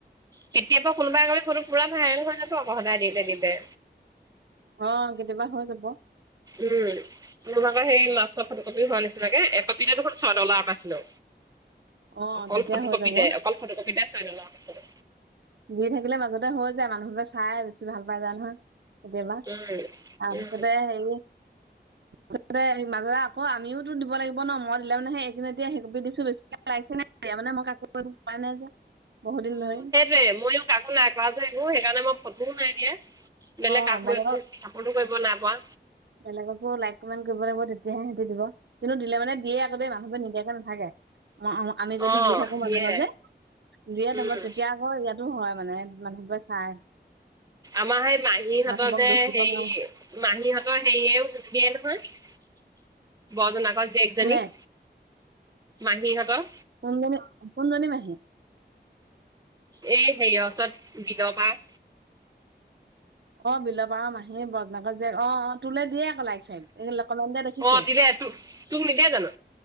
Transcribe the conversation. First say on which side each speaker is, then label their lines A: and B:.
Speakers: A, on the right; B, on the right.
A: কেতিয়াবা কোনোবা একপি ফটো পুৰা ভাইৰেল হৈ যাব আকৌ সদায় দিলে দিলে।
B: অ কেতিয়াবা হৈ যাব।
A: উম। মোৰ ভাগৰ সেই নাচৰ ফটো কপি হোৱা নিচিনাকে একপিটে দেখোন ছয় ডলাৰ পাইছিলো।
B: অ'
A: অকল
B: তেতিয়া
A: ফটো
B: হৈ
A: কপিতে
B: যাব
A: অকল ফটো কপিতে ছয় ডলাৰ পাইছিলো।
B: দি থাকিলে মাজতে হৈ যায়। মানুহবোৰে চাই বেছি ভাল পাই যায় নহয়। কেতিয়াবা
A: উম।
B: তাপিছতে
A: উম,
B: হেই অ। তাপিছতে মাজতে আকৌ আমিওটো দিব লাগিব ন? মই দিলে মানে হে কিন্তু এতিয়া সেই কপি দিছো বেছিকে লাইকে <unintelligible> মানে মই আকৌ <unintelligible> নাই যে বহু দিন ধৰি।
A: <unintelligible> ময়ো কাকো নাই কৰা যে একো। সেইকাৰণে মই ফটোও নাই দিয়া। বেলেগ
B: অ'
A: কাকো
B: বেলেগক
A: একো চাপৰ্টো কৰিব নাই পৰা।
B: বেলেগকো লাইক, কমেণ্ট কৰিব লাগিব তেতিয়াহে সিহঁতে দিব। কিন্তু দিলে মানে দিয়ে আক' দেই। মানুহবোৰে নিদিয়াকে নাথাকে। অ আ আমি যদি
A: অ'
B: দি থাকো মাজে
A: দিয়ে
B: মাজে। দিয়ে
A: উম,
B: তাপা তেতিয়া আকৌ ইয়াত টো হয় মানে মানুহবোৰে চাই
A: আমাৰ সেই মাহীহঁতৰ
B: মানুহবোৰক
A: যে
B: দোষ দিব
A: হেই
B: নোৱাৰো
A: মাহীহঁতৰ হেইয়েও দিয়ে নহয় বৰজনাকৰ জীয়েকজনী।
B: কোনে
A: মাহীহঁতৰ।
B: কোনজনী, কোনজনী মাহী?
A: এই হেৰিয়ৰ ওচৰত বিলৰ পাৰ
B: অ, বিলৰ পাৰৰ মাহীৰ বৰ্তাকৰ জীয়েক, অ', অ', তোলে দিয়ে কিবা লাইক-চাইক এ <unintelligible> দিয়া দেখিছো।
A: অ' দিলে তোক তোক নিদিয়ে জানো